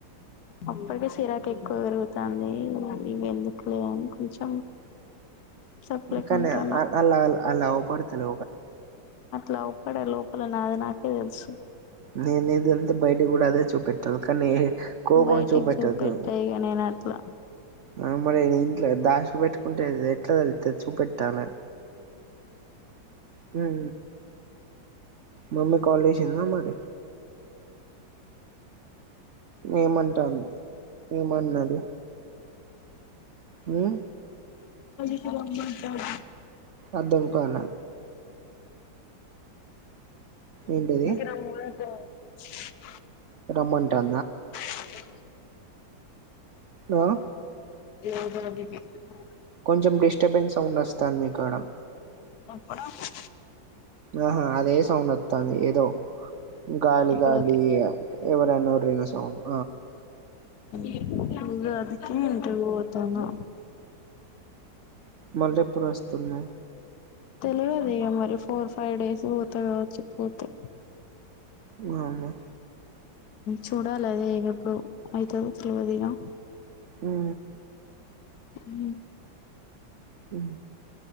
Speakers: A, on the left; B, on the right.
A: అప్పటికి సిరాకు ఎక్కువ పెరుగుతుంది ఇ ఎందుకులే కాని కొంచెం సప్పుడేక
B: కానే
A: ఉంటాన్న
B: అలా అల్లా పడతు <inaudible>
A: లోపడే లోపల నాది నాకే తెలుసు
B: నేనేది వెళ్తే బయట కూడా అదే చూపెట్టాలి కానీ కోపం
A: బయటికి
B: చూపెట్టొద్దు
A: చూప పెట్ట ఈగ నేనట్ల
B: ఆ మరి ఇంట్లో దాచి పెట్టుకుంటే ఎట్లా తెలుస్తది చూపెట్టాలి హుహు మమ్మీ కాల్ చేసిందా మరి ఏమంటాంది ఏమన్నది హు
A: <unintelligible>
B: అర్థం కాలా
A: <unintelligible>
B: ఏంటిది
A: <inaudible>
B: రమ్మంటా
A: <unintelligible>
B: ఆ
A: <inaudible>
B: కొంచెం డిస్టర్బెన్స్ సౌండ్ వస్తుంది మీకడ
A: అప్పుడు అప్పు
B: ఆహా అదే సౌండ్ వత్తాంది ఏదో గాలిగాలి
A: ఇప్పుడు
B: ఎవరనో <inaudible>
A: ఇ ఉగాదికి ఇంటికి పోతాండా
B: మళ్ళ ఎప్పుడు వస్తున్నావు
A: తెలియదు ఇగా మరి ఫోర్ ఫైవ్ డేస్ పోతా కావచ్చు పోతే
B: మా అమ్మ
A: చూడాలి అదే ఎప్పుడు అవుతుంది తెలవదిగా
B: హా
A: హు
B: ఉ